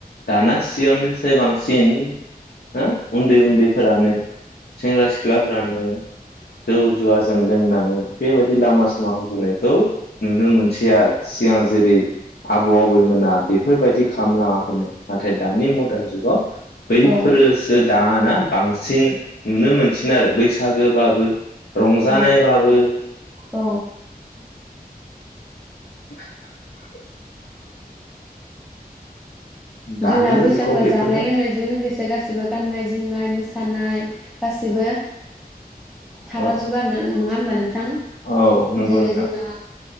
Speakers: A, on the left (about 80°); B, in the centre.
A: दाना सिगांनिफ्राय बांसिन सिन हो उन्दै -उन्दैफोरानो सेंग्रा सिख्लाफोरानो जौ जुवाजों लोंनानै बेबायदि लामा सामा उन्दुनायखौ नुनो मोनसै आरो सिगां जेरै आबौ आबैमोना बेफोरबायदि खालामलाङाखैमोन। नाथाय दानि मदार्न जुगाव बैफोरोसो
B: औ
A: दाना बांसिन नुनो मोनसिन आरो बैसागो बाबो रंजानायबाबो
B: औ औ
A: <inaudible> दानि
B: जोंना बैसागुआ
A: जुगाव बेफोरनो
B: जानाय लोंनायजों लोगोसे गासै गासिबो गाननाय जोमनाय मोसानाय गासिबो थाफा
A: औ
B: जोबो आरा नङा ओमबानो बिथां
A: औ नंगौ
B: जेरै
A: नोंथां
B: जोंना